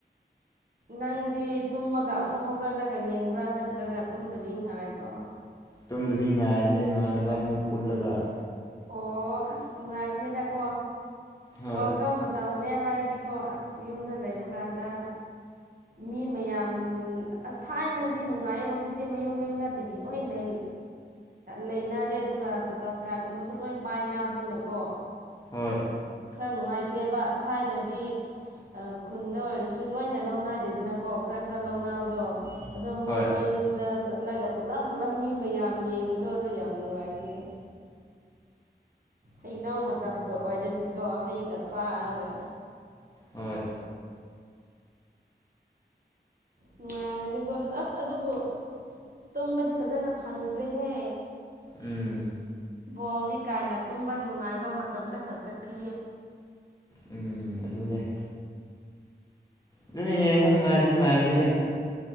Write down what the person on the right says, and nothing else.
ꯅꯪꯗꯤ ꯇꯨꯝꯃꯒ ꯑꯃꯨꯛ ꯍꯧꯒꯠꯂꯒ ꯌꯦꯡꯕ꯭ꯔꯥ ꯅꯠꯇ꯭ꯔꯒ ꯇꯨꯝꯗꯕꯤ ꯉꯥꯏꯕ꯭ꯔꯣ
ꯑꯣ ꯑꯁ ꯅꯨꯡꯉꯥꯏꯕꯅꯦꯗꯀꯣ
ꯋꯥꯜ ꯀꯞ ꯃ ꯇꯝꯅꯦ ꯍꯥꯏꯔꯗꯤꯀꯣ ꯑꯁ ꯌꯨꯝꯗ ꯂꯩꯕ ꯀꯥꯟꯗ ꯃꯤ ꯃꯌꯥꯝ ꯑꯁ ꯊꯥꯏꯅꯗꯤ ꯅꯨꯡꯉꯥꯏ ꯍꯧꯖꯤꯛꯇꯤ ꯃꯌꯨꯝ ꯃꯌꯨꯝꯗ ꯇꯤꯕꯤ ꯂꯣꯏꯅ ꯂꯩꯅꯔꯦ ꯑꯗꯨꯒ ꯇꯥꯇꯥ ꯏꯁꯀꯥꯏꯒꯨꯝꯕꯁꯨ ꯂꯣꯏ ꯄꯥꯏꯅꯕꯅꯤꯅꯀꯣ
ꯈꯔ ꯅꯨꯡꯉꯥꯏꯇꯦꯕ ꯊꯥꯏꯅꯗꯤ ꯑ ꯈꯨꯟꯗ ꯑꯣꯏꯔꯁꯨ ꯂꯣꯏꯅ ꯂꯧꯅꯗꯦꯗꯅꯀꯣ ꯈꯔ ꯈꯔ ꯂꯧꯅꯕꯗꯣ ꯑꯗꯣ ꯃꯣꯏ
ꯃꯣꯏ ꯌꯨꯝꯗ ꯆꯠꯂꯒ ꯄꯨꯂꯞ ꯄꯨꯂꯞ ꯃꯤ ꯃꯌꯥꯝ ꯌꯦꯡꯕꯗꯣ ꯑꯗꯣ ꯌꯥꯝ ꯅꯨꯡꯉꯥꯏꯕꯅꯦ ꯍꯩꯅꯧ ꯃꯇꯝꯒ ꯑꯣꯏꯔꯗꯤꯀꯣ ꯍꯩꯒ ꯆꯥꯔꯒ
ꯅꯨꯡꯉꯥꯏꯔꯝꯅꯤꯀꯣ ꯑꯁ ꯑꯗꯨꯕꯨ ꯇꯨꯝꯕꯗꯤ ꯐꯖꯅ ꯐꯪꯗ꯭ꯔꯦꯍꯦ
ꯕꯣꯜꯅꯤ ꯀꯥꯏꯅ ꯇꯨꯝꯕ ꯅꯨꯡꯉꯥꯏꯕ ꯃꯇꯝꯗ ꯈꯛꯇ ꯄꯤꯌꯦ